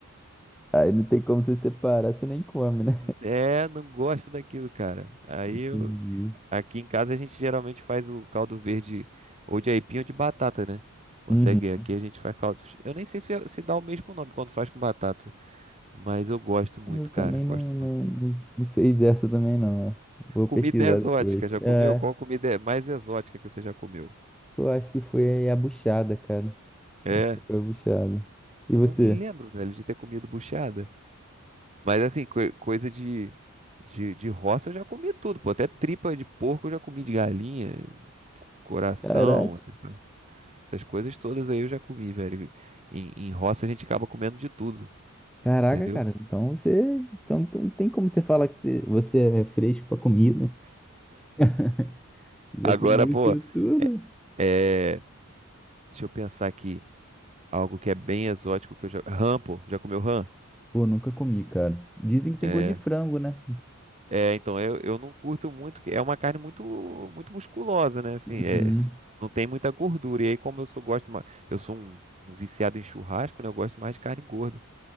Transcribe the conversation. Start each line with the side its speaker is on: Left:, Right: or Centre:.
Centre: Aí não tem como você separar, você nem come, né?
Right: É, não gosto daquilo, cara. Aí
Centre: Entendi.
Right: eu- aqui em casa a gente geralmente faz o caldo verde ou de aipim ou de batata, né? Consegue,
Centre: Uhum.
Right: aqui a gente faz caldo. Eu nem sei se, é, se dá o mesmo nome quando faz com batata, mas eu gosto muito,
Centre: Eu também
Right: cara, gosto
Centre: não, não,
Right: muito.
Centre: não não sei dessa também, não. é. Vou
Right: Comida
Centre: pesquisar
Right: é exótica,
Centre: depois.
Right: já comeu?
Centre: É,
Right: Qual comida é mais exótica que você já comeu?
Centre: eu acho que foi a buchada, cara.
Right: É,
Centre: Acho que foi a buchada. E
Right: eu
Centre: você?
Right: não me lembro, velho, de ter comido buchada. Mas assim, coi- coisa de, de, de roça eu já comi tudo, pô. Até tripa de porco eu já comi de galinha, coração,
Centre: Caraca,
Right: essas, pa- essas coisas todas aí eu já comi, velho. Em, em roça a gente acaba comendo de tudo,
Centre: caraca,
Right: entendeu?
Centre: cara. Então você, então então não tem como você falar que você é fresco pra comida. <laughs> Já
Right: Agora,
Centre: comeu
Right: pô,
Centre: isso tudo?
Right: é. Deixa eu pensar aqui. Algo que é bem exótico que eu já. Rã, pô. Já comeu rã?
Centre: Pô, nunca comi, cara. Dizem que tem
Right: É.
Centre: gosto de frango, né?
Right: É, então, eu, eu não curto muito, que é uma carne muito muito musculosa, né? Assim,
Centre: Uhum.
Right: é, s- não tem muita gordura. E aí, como eu sou, gosto mais, eu sou um, um viciado em churrasco, né? Eu gosto mais de carne gorda.